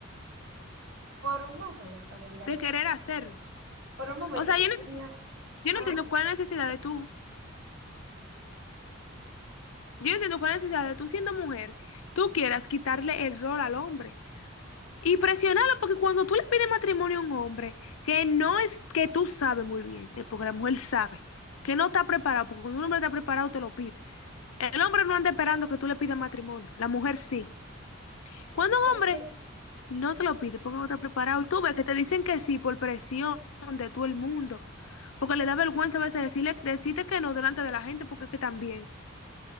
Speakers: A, on the right; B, on the left.
A: por un momento, mira,
B: de
A: yo,
B: querer hacerlo.
A: por un momento
B: O sea,
A: yo
B: yo no,
A: tenía,
B: yo
A: ajá,
B: no entiendo cuál es la necesidad de tú. Yo no entiendo cuál es la necesidad de tú siendo mujer, tú quieras quitarle el rol al hombre y presionarlo, porque cuando tú le pides matrimonio a un hombre, que no es que tú sabes muy bien, eh, porque la mujer sabe que no está preparado, porque cuando un hombre está preparado te lo pide. El hombre no anda esperando que tú le pidas matrimonio, la mujer sí. Cuando un
A: porque,
B: hombre No te lo pide porque no te has preparado. Y tú ves que te dicen que sí por presión de todo el mundo. Porque le da vergüenza a veces decirle, decirte que no delante de la gente porque es que también.